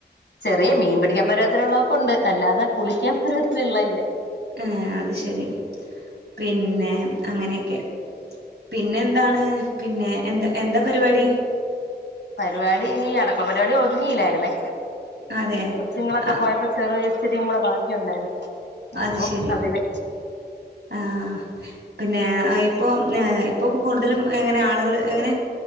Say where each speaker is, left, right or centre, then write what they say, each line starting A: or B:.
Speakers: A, on the left; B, on the right.
A: ചെറിയ മീൻ പിടിക്കാൻ പരുവത്തിലുള്ള ഒക്ക ഉണ്ട്. അല്ലാതെ കുളിക്ക്യാൻ പരുവത്തിലുള്ളത് ഇല്ല.
B: ഏഹ് അത് ശരി. പിന്നെ, അങ്ങനെയൊക്കെ. പിന്നെന്താണ്? പിന്നെ, എന്താ എന്താ പരിവാടി?
A: പരിവാടീ അട്ക്കള പരിവാടി ഒതുങ്ങിയില്ലായിരുന്നേ.
B: അതെ
A: കൊച്ചുങ്ങളൊക്കെ
B: അ
A: പോയപ്പ ചെറിയ ഇച്ചിരിയും കൂടെ ബാക്കിയുണ്ടായിരുന്നു. അപ്പം
B: അത് ശരി
A: അതില്.
B: ആഹ് പിന്നെ ഇപ്പോം ഏഹ് ഇപ്പപ്പ കൂടുതലും ഇങ്ങനെ ആളുകൾ ങ്ങനെ